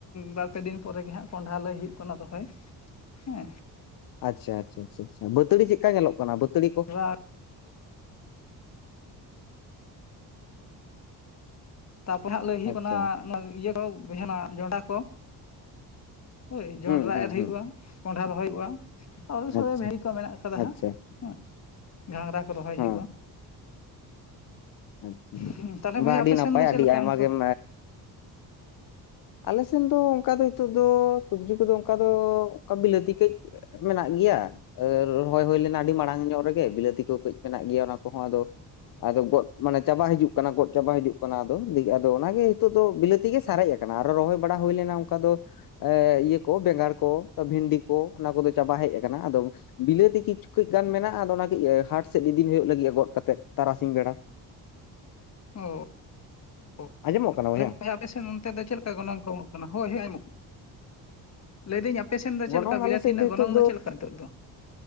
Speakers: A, on the left; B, on the left.
A: ᱵᱟᱨᱯᱮ ᱫᱤᱱ ᱯᱚᱨᱮᱜᱮ ᱦᱟᱸᱜ ᱠᱚᱸᱰᱷᱟ ᱞᱟᱹᱭ ᱦᱩᱭᱩᱜ ᱠᱟᱱᱟ ᱫᱚᱦᱚᱭ ᱦᱮ
B: ᱟᱪᱪᱷᱟ ᱟᱪᱪᱷᱟ ᱟᱪᱪᱷᱟ ᱵᱟᱹᱛᱟᱲᱤ ᱪᱮᱫᱠᱟ ᱧᱮᱞᱚᱜ ᱠᱟᱱᱟ ᱵᱟᱹᱛᱟᱲᱤ ᱠᱳ
A: ᱡᱚᱱᱰᱨᱟ ᱛᱟᱯᱚ ᱦᱟᱸᱜ ᱞᱟᱹᱭ ᱦᱩᱭᱩᱜ
B: ᱟᱪᱪᱷᱟ
A: ᱠᱟᱱᱟ <unintelligible> ᱡᱚᱰᱟ ᱠᱚ ᱦᱳᱭ ᱡᱚᱱᱰᱨᱟ
B: ᱦᱩᱸ ᱦᱩᱸ
A: ᱮᱨ ᱦᱩᱭᱩᱜᱼᱟ
B: ᱦᱩᱸ
A: ᱠᱚᱰᱷᱟ ᱨᱚᱦᱚᱭ ᱦᱩᱭᱩᱜᱼᱟ ᱟᱨ
B: ᱟᱪᱪᱷᱟ
A: <unintelligible> ᱵᱷᱤᱲᱤ ᱠᱚ ᱢᱮᱱᱟᱜ ᱠᱟᱫᱟ
B: ᱟᱪᱪᱷᱟ
A: ᱦᱟᱸᱜ ᱦᱮ ᱜᱷᱟᱝᱜᱨᱟ ᱠᱚ ᱨᱚᱦᱚᱭ
B: ᱦᱮᱸ
A: ᱦᱩᱭᱩᱜᱼᱟ
B: ᱟᱪᱪᱷᱟ
A: ᱦᱩ ᱛᱟᱦᱞᱮ ᱵᱚᱭᱦᱟ
B: ᱵᱟ ᱟᱹᱰᱤ
A: ᱟᱯᱮ
B: ᱱᱟᱯᱟᱭ
A: ᱥᱮᱱ ᱫᱚ ᱪᱮᱫ
B: ᱟᱹᱰᱤ
A: ᱞᱮᱠᱟ
B: ᱟᱭᱢᱟ
A: ᱚᱱᱠᱟ
B: ᱜᱮᱢ ᱟᱞᱮᱥᱮᱱ ᱫᱚ ᱚᱱᱠᱟ ᱫᱚ ᱱᱤᱛᱚᱜ ᱫᱚ ᱥᱚᱵᱽᱡᱤ ᱠᱚᱫᱚ ᱚᱱᱠᱟ ᱫᱚ ᱚᱱᱠᱟ ᱵᱤᱞᱟᱹᱛᱤ ᱠᱟᱹᱡ ᱢᱮᱱᱟᱜ ᱜᱮᱭᱟ ᱨᱚᱦᱚᱭ ᱦᱩᱭ ᱞᱮᱱᱟ ᱟᱹᱰᱤ ᱢᱟᱲᱟᱝ ᱧᱚᱜ ᱨᱮᱜᱮ ᱵᱤᱞᱟᱹᱛᱤ ᱠᱚ ᱠᱟᱹᱡ ᱢᱮᱱᱟᱜ ᱜᱮᱭᱟ ᱚᱱᱟ ᱠᱚᱦᱚ ᱟᱫᱚ ᱟᱫᱚ ᱜᱚᱫ ᱢᱟᱱᱮ ᱪᱟᱵᱟ ᱦᱤᱡᱩᱜ ᱠᱟᱱᱟ ᱜᱚᱫ ᱪᱟᱵᱟ ᱦᱤᱡᱩᱜ ᱠᱟᱱᱟ ᱟᱫᱚ ᱟᱫᱚ ᱚᱱᱟᱜᱮ ᱱᱤᱛᱚᱜ ᱫᱚ ᱵᱤᱞᱟᱹᱛᱤ ᱜᱮ ᱥᱟᱨᱮᱡ ᱟᱠᱟᱱᱟ ᱠᱟᱱᱟ ᱟᱨᱚ ᱨᱚᱦᱚᱭ ᱵᱟᱲᱟ ᱦᱩᱭ ᱞᱮᱱᱟ ᱚᱱᱠᱟ ᱫᱚ ᱮ ᱤᱭᱟᱹ ᱠᱚ ᱵᱮᱸᱜᱟᱲ ᱠᱚ ᱵᱷᱤᱱᱰᱤ ᱠᱚ ᱚᱱᱟ ᱠᱚᱫᱚ ᱪᱟᱵᱟ ᱦᱮᱡ ᱟᱠᱟᱱᱟ ᱟᱫᱚ ᱵᱤᱞᱟᱹᱛᱤ ᱠᱤᱪᱷᱩ ᱠᱟᱹᱡ ᱜᱟᱱ ᱢᱮᱱᱟᱜᱼᱟ ᱟᱫᱚ ᱚᱱᱟ ᱤᱭᱟ ᱦᱟᱴ ᱥᱮᱫ ᱤᱫᱤᱱ ᱦᱩᱭᱩᱜ ᱞᱟᱹᱜᱤᱫ ᱜᱚᱫ ᱠᱟᱛᱮᱜ ᱛᱟᱨᱟᱥᱤᱧ ᱵᱮᱲᱟ
A: ᱦᱳ <unintelligible>
B: ᱟᱸᱡᱚᱢᱚᱜ ᱠᱟᱱᱟ ᱵᱚᱭᱦᱟ
A: ᱯᱮᱥᱮᱱ ᱚᱱᱛᱮ ᱫᱚ ᱪᱮᱫ ᱞᱮᱠᱟ ᱜᱚᱱᱚᱝ ᱠᱚ ᱮᱢᱚᱜ ᱠᱟᱱᱟ ᱦᱳᱭ ᱦᱮ <unintelligible> ᱞᱟᱹᱭ ᱫᱟᱹᱧ ᱟᱯᱮ ᱥᱮᱱ ᱫᱚ ᱪᱮᱫ
B: ᱜᱚᱱᱚᱝ
A: ᱞᱮᱠᱟ ᱵᱤᱞᱟᱹᱛᱤ
B: ᱟᱞᱮ ᱥᱮᱫ
A: ᱨᱮᱱᱟᱜ ᱜᱚᱱᱚᱝ
B: ᱱᱤᱛᱚᱜ
A: ᱫᱚ ᱪᱮᱫ ᱞᱮᱠᱟ ᱱᱤᱛᱚᱜ ᱫᱚ